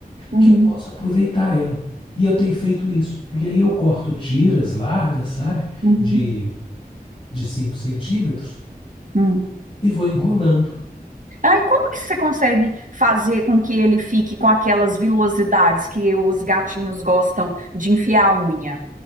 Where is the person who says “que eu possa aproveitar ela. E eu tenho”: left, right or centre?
Left